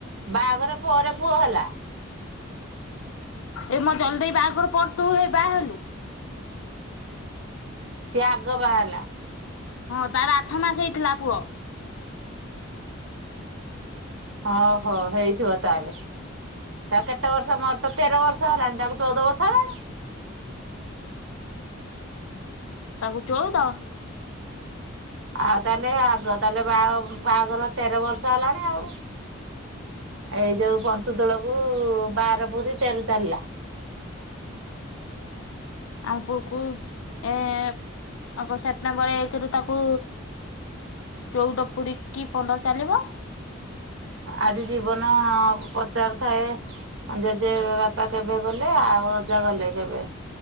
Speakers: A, on the right; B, on the left.
A: ବାହାଘର ପରେ ପୁଅ ହେଲା।
B: ଏ ମୋ ଜଲିଦେଇ ବାହାଘର ପରେ ତୁ ହେ ବାହା ହେଲୁ।
A: ସିଏ ଆଗ ବାହାହେଲା।
B: ହଁ ତାର ଆଠ ମାସ ହେଇଥିଲା ପୁଅ।
A: ଓ ହୋ ହେଇଥିବ ତାହେଲେ। ତା କେତେ ବର୍ଷ ମୋର ତେର ବର୍ଷ ହେଲାଣି, ତାକୁ ଚଉଦ ବର୍ଷ ହବଣି।
B: ତାକୁ ଚଉଦ।
A: ଆଉ ତାହେଲେ ଆଗ ତାହେଲେ ବାହା ବାହାଘର ତେର ବର୍ଷ ହେଲାଣି ଆଉ। ଏଇ ଯୋଉ ପଞ୍ଚୁତୋଳକୁ ବାର ପୁରି ତେର ଚାଲିଲା।
B: ଆମ ପୁଅକୁ ଏ ଆଉ କଣ ସେପ୍ଟେମ୍ବର ଏକ ରୁ ତାକୁ ଚଉଦ ପୁରିକି ପନ୍ଦର ଚାଲିବ।
A: ଆଜି ଜୀବନ ପଚାରୁଥାଏ ଜେଜେ ବାପା କେବେ ଗଲେ ଆଉ ଅଜା ଗଲେ କେବେ?